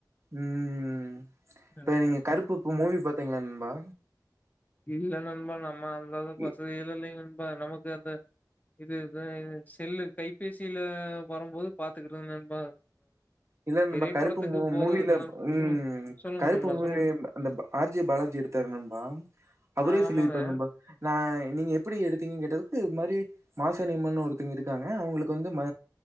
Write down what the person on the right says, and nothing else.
உம் இப்ப
நீங்க
கருப்பு இப்ப மூவி பாத்தீங்கள நண்பா
இ
இத
நம்ம கருப்பு மூ
மூவியில உம்
கருப்பு
மூவி
அந்த ஆர்ஜி பாலாஜி எடுத்தரு நண்பா அவுறே
சொல்லியிருப்பரு நண்பா நா நீங்க எப்படி எடுத்துங்கனு கேட்டதுக்கு இது மாதிரி மாசாணியமணு ஒருத்தங்க இருக்காங்க அவங்களுக்கு வந்து ம